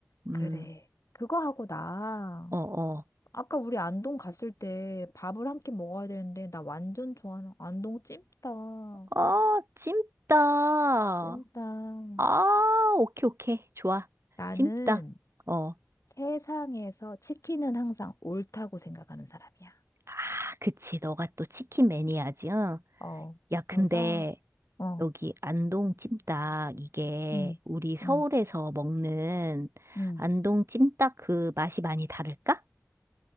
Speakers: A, on the right (about 60°); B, on the left (about 80°).
A: 음,
B: 그래. 그거 하고 나
A: 어, 어.
B: 아까 우리 안동 갔을 때 밥을 한 끼 먹어야 되는데 나 완전 좋아하는 안동 찜닭.
A: 아, 찜닭.
B: 찜닭.
A: 아, 오케이, 오케이. 좋아.
B: 나는
A: 찜닭. 어.
B: 세상에서 치킨은 항상 옳다고 생각하는 사람이야.
A: 아, 그치. 너가 또 치킨 매니아지, 응?
B: 어.
A: 야,
B: 그래서
A: 근데
B: 어.
A: 여기 안동 찜닭, 이게
B: 음.
A: 우리 서울에서
B: 음.
A: 먹는
B: 음.
A: 안동 찜닭 그 맛이 많이 다를까?